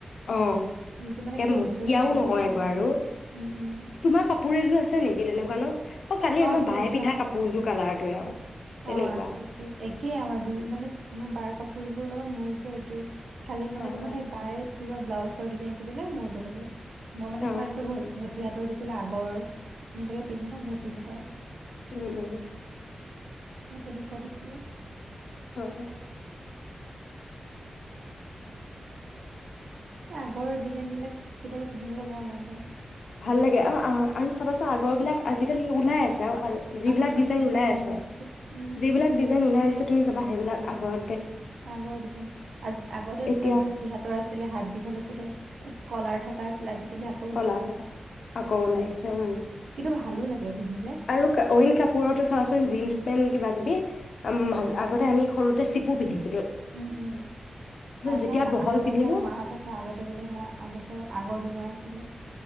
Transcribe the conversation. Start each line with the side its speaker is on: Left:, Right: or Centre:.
Left: অ
Right: যিটো মানে একে
Left: মটিয়াও
Right: উজ্জ্বলি থাকে
Left: নহয়
Right: হেটো লগত
Left: গৈ আৰু
Right: ভাল হয়। উম্‌, উম্‌।
Left: তোমাৰ কাপোৰ এজোৰ আছে নেকি তেনেকুৱা ন? কালি
Right: অ
Left: আমাৰ
Right: মোৰ
Left: বায়ে
Right: এযোৰ
Left: পিন্ধা
Right: আছে
Left: কাপোৰযোৰ
Right: আছে
Left: কালাৰটোৱে আৰু। তেনেকুৱা
Right: অ আছে কি একেই আমাৰ দুই, মানে, তোমাৰ বাৰ কাপোৰ সৈযোৰৰ লগত মোৰযোৰ একেই। খালি মানে
Left: অ
Right: তোমাৰ
Left: অ
Right: সেই বায়েচ এইবিলাক ব্লাউচৰ ডিজাইনটো বেলেগ, মোৰটো বেলেগ। মই মানে
Left: অ
Right: তোমালোকৰ ঘত ঘত তিহাতৰ দিছিলা আগৰ, নিবিলাকে পিন্ধে ন ঘটি হাতৰ।
Left: উম, উম।
Right: মই তেনেকুৱা দিছিলোঁ।
Left: <unintelligible>
Right: এ আগৰ ডিজাইনবিলাক কেতিয়াবা পিন্ধিবলৈ বৰ মন যায়।
Left: ভাল লাগে, আৰু আ-আৰু চাবাচোন আগৰবিলাক আজিকালি ওলাই আছ <unintelligible> যিবিলাক
Right: আকৌ নতুনকে
Left: ডিজাইন ওলাই
Right: অ
Left: আছে
Right: ওলাইছে উম
Left: যিবিলাক ডিজাইন ওলাই আছে তুমি চাবা হেইবিলাক আগৰ
Right: আগৰ ডিজাইন। আজ আগতে
Left: এতিয়া
Right: চব ঘটি হাতৰ আছিলে, হাত দীঘল আছিলে। আ, কলাৰ থাকা আছিলে। আজিকালি আক
Left: কলাৰ থাকা, আকৌ ওলাইছে উম'।
Right: কিন্তু ভালো লাগে পিন্ধিলে
Left: আৰু কা' অইন কাপোৰতো চোৱাচোন জিন্‌ছ পেন কিবাকিবি, আম্‌'-আগতে আমি সৰুতে চিপু পিন্ধিছোঁ।
Right: উম উম
Left: যেতিয়া
Right: সেইয়া
Left: বহল পিন্ধিলো
Right: মা হতে কয় সেইয়া আগতে আগৰ দিনৰ আছিলে